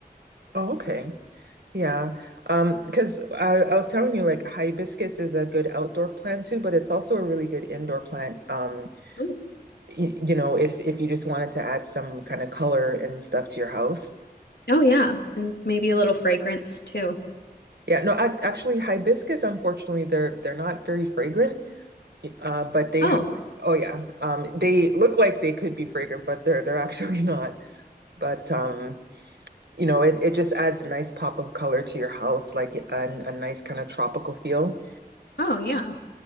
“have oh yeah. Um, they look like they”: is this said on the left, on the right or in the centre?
Right